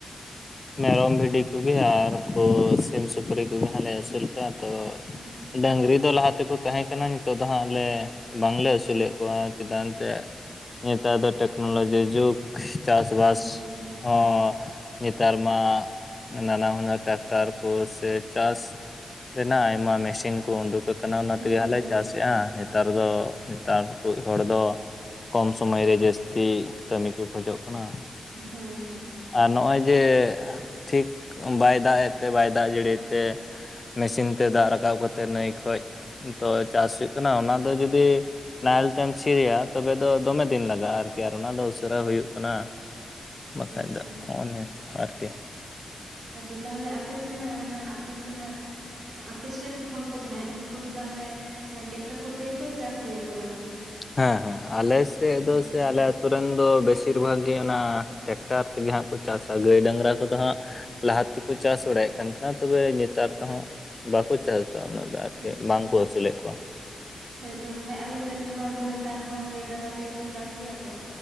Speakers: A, on the left; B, on the right.
A: ᱢᱮᱨᱚᱢ ᱵᱷᱤᱰᱤᱠᱜᱤ ᱟᱨ ᱩᱱᱠᱩ ᱥᱤᱢ ᱥᱩᱠᱨᱤ ᱠᱚᱜᱮᱦᱞᱮ ᱟᱹᱥᱩᱞ ᱠᱚᱣᱟ᱾ ᱛᱫᱚ
B: ᱟᱪᱪᱷᱟ ᱟᱪᱪᱷᱟ
A: ᱰᱟᱹᱝᱨᱤ ᱫᱚ ᱞᱟᱦᱟ ᱛᱮᱠᱚ ᱛᱟᱦᱮᱸ ᱠᱟᱱᱟ᱾ ᱠᱟᱱᱟ ᱱᱤᱛᱚᱜ ᱫᱚ ᱦᱟᱸᱜᱞᱮ ᱵᱟᱝᱞᱮ ᱟᱹᱥᱩᱞᱮᱫ ᱠᱚᱣᱟ ᱪᱮᱫᱟᱜ ᱛᱮ᱾ ᱱᱮᱛᱟᱨ ᱫᱚ ᱴᱮᱠᱱᱳᱞᱚᱡᱤ ᱡᱩᱜᱽ ᱪᱟᱥᱵᱟᱥ
B: ᱦᱳᱭ ᱦᱳᱭ
A: ᱦᱚᱸ᱾ ᱱᱮᱛᱟᱨ ᱢᱟ ᱱᱟᱱᱟ ᱦᱩᱱᱟᱹᱨ ᱴᱨᱟᱠᱴᱟᱨ ᱠᱚ ᱥᱮ ᱪᱟᱥ᱾ ᱨᱮᱱᱟᱜ ᱟᱭᱢᱟ ᱢᱮᱥᱤᱱ ᱠᱚ ᱩᱰᱩᱠ ᱟᱠᱟᱱᱟ
B: ᱦᱳᱭ
A: ᱚᱱᱟ ᱛᱮᱜᱮ ᱦᱞᱮ
B: ᱦᱳᱭ
A: ᱪᱟᱥᱮᱫᱼᱟ ᱾ ᱱᱮᱛᱟᱨ ᱫᱚ ᱱᱮᱛᱟᱨ ᱠᱚ ᱦᱚᱲ ᱫᱚ᱾ ᱠᱚᱢ ᱥᱚᱢᱚᱭ ᱨᱮ ᱡᱟᱹᱥᱛᱤ ᱠᱟᱹᱢᱤ ᱠᱚ ᱠᱷᱚᱡᱚᱜ ᱠᱟᱱᱟ᱾
B: ᱦᱳᱭ ᱦᱳᱭ᱾
A: ᱟᱨ ᱱᱚᱜᱼᱚᱭ ᱡᱮ ᱴᱷᱤᱠ ᱵᱟᱭ ᱫᱟᱜ ᱮᱫ ᱛᱮ ᱵᱟᱭ ᱫᱟᱜ ᱡᱟᱹᱲᱤᱭ ᱛᱮ᱾ ᱢᱮᱥᱤᱱ ᱛᱮ ᱫᱟᱜ ᱨᱟᱠᱟᱵ ᱠᱟᱛᱮᱜ ᱱᱟᱹᱭ ᱠᱷᱚᱱᱚᱡ ᱛᱚ ᱪᱟᱥ ᱦᱩᱭᱩᱜ ᱠᱟᱱᱟ ᱚᱱᱟ ᱫᱚ ᱡᱩᱚᱫᱤ᱾ ᱱᱟᱦᱮᱞ ᱛᱮᱢ ᱥᱤᱨᱤᱭᱟ ᱛᱚᱵᱮ ᱫᱚᱢᱮ ᱫᱤᱱ ᱞᱟᱜᱟᱜᱼᱟ ᱟᱨᱠᱤ ᱟᱨ ᱚᱱᱟ ᱫᱚ ᱩᱥᱟᱹᱨᱟ ᱦᱩᱭᱩᱜ᱾ ᱠᱟᱱᱟ ᱵᱟᱠᱷᱟᱡ
B: ᱟᱪᱪᱷᱟ
A: ᱫᱚ ᱦᱚᱸᱜᱼᱚ ᱱᱤᱭᱟᱹ ᱟᱨᱠᱤ᱾
B: ᱟᱪᱷᱟ ᱛᱟᱦᱚᱞᱮ ᱟᱯᱮ ᱥᱮᱱᱟᱜ ᱟᱯᱮ ᱥᱮᱱᱟᱜ ᱟᱯᱮᱥᱮᱫ ᱨᱮᱱ ᱦᱚᱲ ᱠᱚ ᱡᱟᱦᱟᱸᱭ ᱩᱱᱠᱩ᱾ ᱩᱱᱠᱩᱫᱚ ᱛᱟᱦᱚᱞᱮ ᱴᱮᱠᱴᱟᱨ ᱠᱚᱛᱮ ᱜᱮ ᱠᱚ ᱪᱟᱥ ᱜᱮᱭᱟ ᱠᱚ ᱵᱟᱹᱲᱛᱤ᱾
A: ᱦᱮᱸ ᱦᱮᱸ ᱟᱞᱮᱮᱥᱮᱫ ᱫᱚ
B: ᱟᱪᱪᱷᱟ
A: ᱥᱮ ᱟᱞᱮ᱾ ᱟᱛᱳ ᱨᱮᱱ ᱫᱚ ᱵᱮᱥᱤᱨ ᱵᱷᱟᱜᱽ ᱜᱮ ᱚᱱᱟ ᱴᱮᱠᱴᱟᱨ ᱛᱮᱜᱮ ᱦᱟᱸᱜ ᱠᱚ ᱪᱟᱥᱟ ᱜᱟᱹᱭ ᱰᱟᱝᱨᱟ ᱠᱚᱫᱚ ᱦᱟᱸᱜ᱾ ᱞᱟᱦᱟᱛᱮᱠᱚ ᱪᱟᱥ ᱵᱟᱲᱟᱭᱮᱫ ᱠᱟᱱ ᱛᱟᱦᱮᱱᱟ ᱛᱚᱵᱮ ᱱᱮᱛᱟᱨ ᱛᱮᱦᱚᱸ ᱵᱟᱠᱚ ᱪᱟᱥᱮᱫᱫᱟ ᱩᱱᱟᱹᱜ᱾ ᱟᱨᱠᱤ
B: ᱟᱪᱪᱷᱟ
A: ᱵᱟᱝ ᱠᱚ ᱟᱹᱥᱩᱞᱮᱫ ᱠᱚᱣᱟ᱾
B: ᱦᱳᱭᱛᱚ ᱵᱟᱠᱷᱟᱱ ᱟᱞᱮ ᱥᱮᱫ ᱨᱮᱱ ᱦᱚᱲ ᱫᱚ ᱱᱮᱛᱟᱨ ᱦᱚᱸ ᱜᱟᱹᱭ ᱰᱟᱝᱨᱟ ᱛᱮᱜᱮ ᱠᱚ ᱪᱟᱥ ᱜᱮᱭᱟ ᱠᱚ᱾